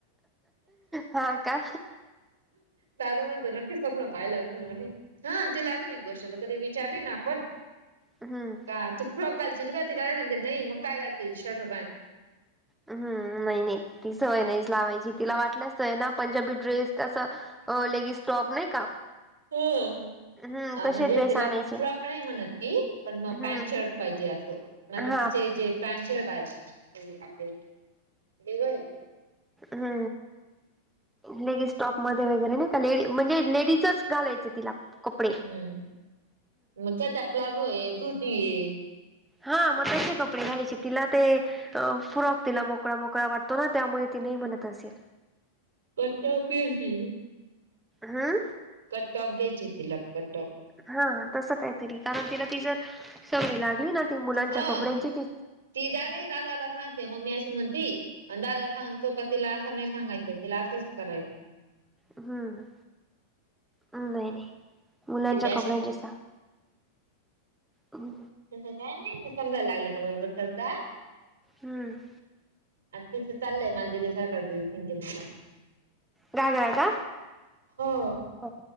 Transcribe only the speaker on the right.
दादा म्हणतो नक्कीच स्वप्न पाहिलं असेल म्हणली हा तीला ना अजून एक गोष्ट कधी विचारली ना आपण.
का तु फ्रॉक घालतीलील का त न नाही मग काय घालतील शर्ट पॅट.
हो अ.
अ
म्हणजे
तिला
फ्रॉक नाही म्हणत ती पण मग
पॅन्ट शर्ट पाहिजे असं. आता
तिचे जे पॅट शर्ट आहेत ते आपलेे देवर
हम्म मग ते प्लाझोयं धुती ये
कटं पीचींयं
कटॉप घ्यायचे तिला कटटॉप.
हं
ती डायरेक्ट दादाला सांगते मम्मी अशी म्हणती. आणि दादा सांगतो का तिला असं नाही सांगायचं तिला असंच करायचं.
ती डॅशिंग
तसं काय नाही समजायला लागलं का बरोबर करता.
आ तिथं चालययं माझं सकाईल शिंदे <unintelligible>
हो.